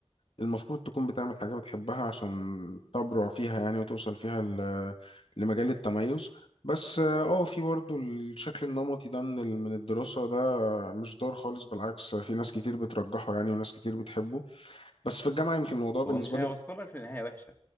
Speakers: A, on the left; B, on the left.
A: المفروض تكون بتعمل حاجة بتحبها عشان تبرع فيها يعني وتوصل فيها ل- لمجال التميز بس اه آه، في برضو الشكل النمطي ده من ال- من الدراسة ده مش ضار خالص بالعكس في ناس كتير بترجحه يعني وناس كتير بتحبه بس في الجامعة يمكن الموضوع بالنسبة
B: هو مش هيوصلك
A: لك
B: لنهاية وحشة